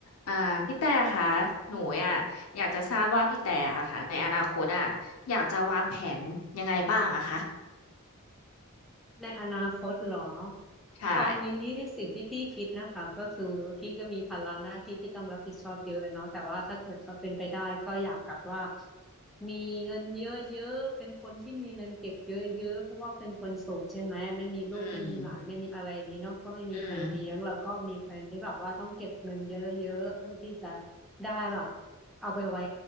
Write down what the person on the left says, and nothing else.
อ่าพี่แต่ค่ะหนูอ่ะอยากจะทราบว่าพี่แต่อะค่ะในอนาคตอ่ะอยากจะวางแผนยังไงบ้างอะคะ
ใช่
อืมอืม